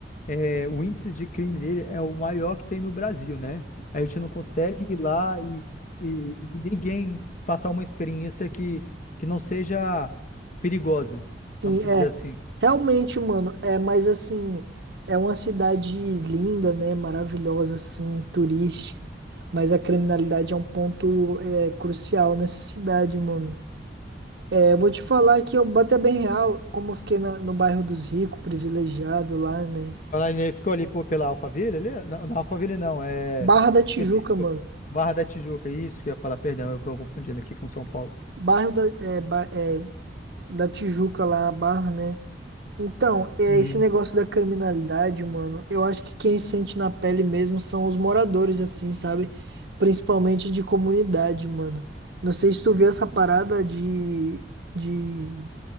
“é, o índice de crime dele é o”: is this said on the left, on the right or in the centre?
Left